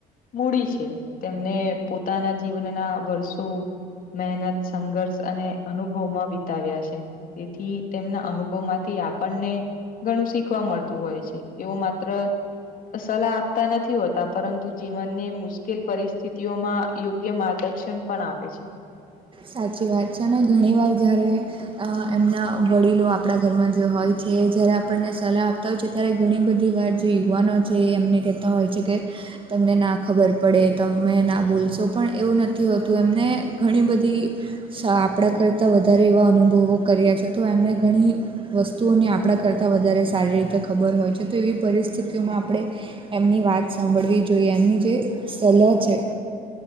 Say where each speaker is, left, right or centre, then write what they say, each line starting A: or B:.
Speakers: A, on the left; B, on the right.
A: મૂડી છે. તેમને પોતાના જીવનના વર્ષો મહેનત સંઘર્ષ અને અનુભવમાં વિતાવ્યા છે. તેથી તેમના અનુભવમાંથી આપણને ગણું શી શીખવા મળતું હોય છે. એવું માત્ર સલાહ આપતા નથી હોતા. પરંતુ જીવનને મુશ્કેલ પરિસ્થિતિઓમાં યોગ્ય માર્ગદર્શન પણ આપે છે.
B: સાચી વાત છે. અને ઘણી વાર જયારે અ એમના વડીલો આપણા ઘરમાં જે હોય છે, જ્યારે આપણને સલાહ આપ તો હોય છે, ત્યારે ઘણી બધી વાર જે યુવાનો છે. એમને કહેતા હોય છે કે તમને ના ખબર પડે, તમે ના બોલશો પણ એવું નથી હોતું. એમને ઘણી બધી સા આપણા કરતાં વધારે એવા અનુભવો કર્યા છે તો એમણે ઘણી વસ્તુઓને આપણા કરતાં વધારે સારી રીતે ખબર હોય છે, તો એવી પરિસ્થિતિઓમાં આપણે એમની વાત સાંભળવી જોઈએ. એમની જે સલાહ છે.